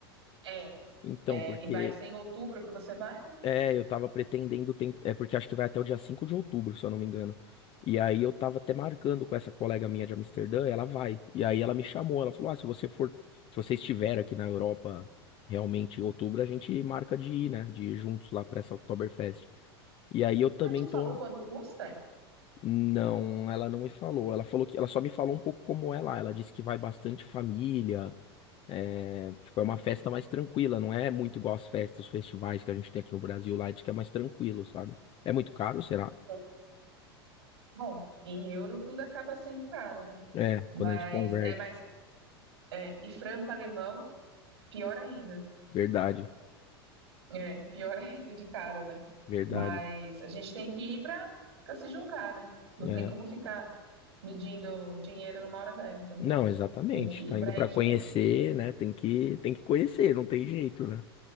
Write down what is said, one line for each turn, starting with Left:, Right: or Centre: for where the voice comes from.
Right: É,
Left: Então,
Right: é,
Left: porque
Right: e vai ser em outubro que você vai, né?
Left: É, eu tava pretendendo, ten- é porque acho que vai até o dia 5 de outubro, se eu não me engano. E aí eu tava até marcando com essa colega minha de Amsterdã, ela vai. E aí ela me chamou, ela falou: "Ah, se você for, se você estiver aqui na Europa realmente em outubro, a gente marca de ir, né, de ir juntos lá pra essa Oktoberfest". E aí eu também
Right: Já te
Left: tô.
Right: falou quanto custa?
Left: Não, ela não me falou. Ela falou que ela só me falou um pouco como é lá. Ela disse que vai bastante família, é, tipo, é uma festa mais tranquila, não é muito igual as festas, os festivais que a gente tem aqui no Brasil, lá diz que é mais tranquilo, sabe? É muito caro, será?
Right: É. Bom, em euro tudo acaba sendo caro, né?
Left: É,
Right: Mas
Left: quando a gente converte.
Right: é mais. É, e franco-alemão, pior ainda.
Left: Verdade,
Right: É, pior <laughs> ainda de caro, né?
Left: verdade.
Right: Mas a gente tem que ir para para se jogar, né? Não
Left: É.
Right: tem como ficar medindo dinheiro numa hora dessa, né?
Left: Não, exatamente.
Right: Tem que
Left: Tá
Right: ir para
Left: indo
Right: aí
Left: pra
Right: de
Left: conhecer,
Right: vez.
Left: né? Tem que, tem que conhecer, não tem jeito, né?